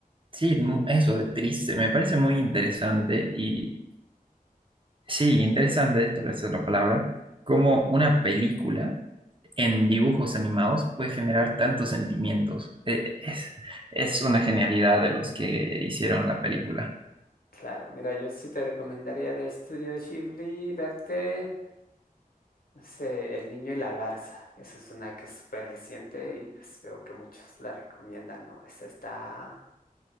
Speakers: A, on the right (about 35°); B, on the left (about 75°).
A: sí, mu- eso de triste, me parece muy interesante y, sí, interesante, tal vez es la palabra, como una película. en dibujos animados puede generar tantos sentimientos. Eh, Es, es una genialidad de los que hicieron la película.
B: Claro, mira, yo sí te recomendaría de Estudio Ghibli verte, no sé, El Niño y la Garza. Esa es una que es súper reciente y pues veo que muchos la recomiendan, ¿no? Esa está...